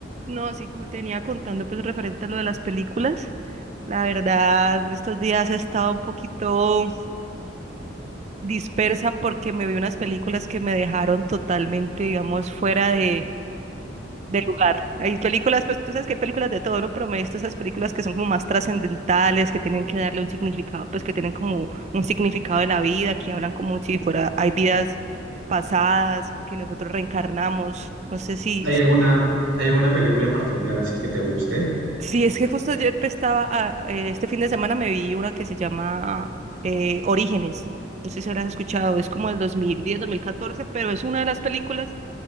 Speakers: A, on the right; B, on the right.
A: No, así como te venía contando, pues referente a lo de las películas, la verdad, en estos días he estado un poquito dispersa porque me vi unas películas que me dejaron totalmente, digamos, fuera de, de lugar. Hay películas, pues tú sabes que hay películas de todo, ¿no? Pero me he visto esas películas que son como más trascendentales, que tienen que darle un significado, pues que tienen como un significado de la vida, que hablan como si fuera, hay vidas pasadas o que nosotros reencarnamos. No sé si,
B: ¿Hay alguna, hay alguna película en particular así que te guste?
A: Sí, es que justo ayer pues, estaba, ah, eh, este fin de semana me vi una que se llama eh, Orígenes. No sé si habrás escuchado, es como el 2010, 2014, pero es una de las películas,